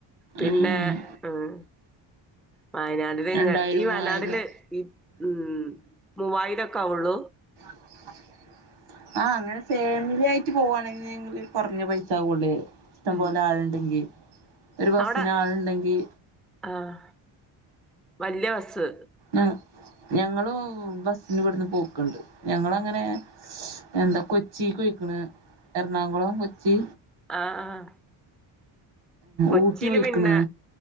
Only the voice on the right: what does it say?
ഉം
രണ്ടായിരം
മൂവായിരം
<inaudible> ആഹ് അങ്ങനെ ഫാമിലി ആയിട്ട് പോവാണെങ്കിൽ കുറഞ്ഞ പൈസ ആകൂള്ളു ഇഷ്ടം
പോലെ ആളുണ്ടെങ്കിൽ ഒരു ബസ്സിന്
ആളുണ്ടെങ്കിൽ
ആഹ് ഞങ്ങള് ബസിന് ഇവിടുന്ന് പോക്ക്ണ്ട് ഞങ്ങള അങ്ങനെ എന്താ കൊച്ചിക്ക് പോയിക്കണ് എറണാകുളം കൊച്ചി
ഊട്ടി പോയിക്കണ്